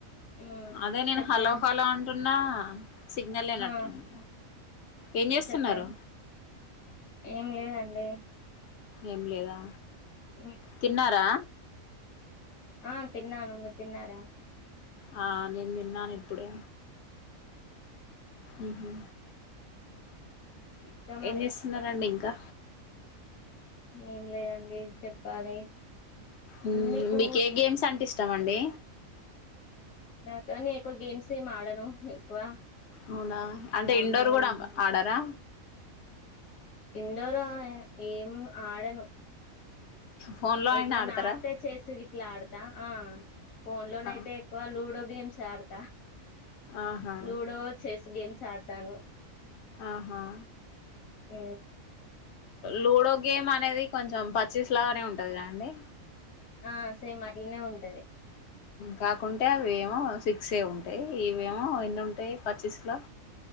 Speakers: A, on the left (about 75°); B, on the left (about 60°).
A: మ్మ్
B: అదే నేను
A: చెప్పండి
B: హలో హలో అంటున్నా సిగ్నల్ లేనట్టుంది
A: ఆ
B: ఏం చేస్తున్నారు
A: చెప్పండి ఏం లేదండి
B: ఏం లేదా
A: ఉమ్,
B: తిన్నారా
A: ఆ తిన్నాను మీర్ తిన్నారా
B: ఆ నేను విన్నాను ఇప్పుడే ఉహు
A: ఇంక మరి
B: ఏం చేస్తున్నారండి ఇంకా
A: ఏం లేదండి చెప్పాలి
B: ఉ
A: మీకు
B: మీక్ ఏ గేమ్స్ అంటే ఇష్టాం అండి
A: నాక నే ఎకువ గేమ్స్ ఎం ఆడను ఎక్కువ
B: అవునా అంటే
A: ఆ,
B: ఇండోర్
A: ఉమ్,
B: కూడా ఆడరా
A: ఇండోర్ ఏం ఆడను
B: ఫోన్లో
A: ఎప్పుడన్నా
B: అయినా ఆడతారా
A: ఆడితే చేస్సి గిట్ల ఆడతా ఆ ఫోన్ లోనయితే
B: ఆ,
A: ఎక్కువ లూడో గేమ్స్ ఆడతా
B: ఆహా
A: లూడో చెస్ గేమ్స్ ఆడతాను
B: ఆహా
A: ఊ
B: లూడో గేమ్ అనేది కొంచెం పచ్చిస్ లాగానే ఉంటది కదండీ
A: ఆ సేమ్ అట్లనే ఉంటది
B: కాకుంటే అవేమో సిక్స్ ఉంటాయి ఇవేమో ఎన్ని ఉంటాయి పచ్చీస్లో